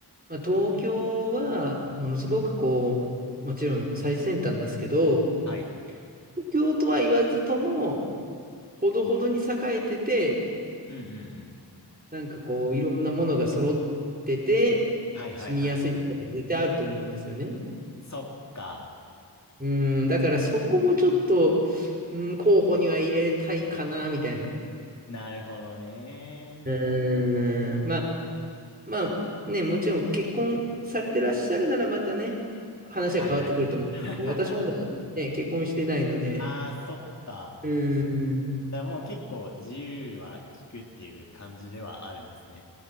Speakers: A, on the right; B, on the left.
A: まあ、東京は、ものすごくこう、
B: うん
A: もちろん最先端ですけど、東
B: はい。
A: 京とは言わずとも、ほどほどに栄えてて、
B: うんうんうん。
A: なんかこう、いろんなものが揃ってて、
B: はいはいはい。
A: 住みやすいところも絶対あると思うんですよね。
B: そっか。
A: うん、だからそこもちょっと、うん、候補には入れたいかな、みたいな。
B: なるほどね。
A: うん、まあ、まあね、もちろん結婚されてらっしゃるならまたね、話は変わってくると思うんですけど、
B: はいはい。<laughs>
A: 私まだね、結婚してないので、
B: ああ、そっか。
A: うん、
B: だからもう結構自由は利くっていう感じではあるんですね。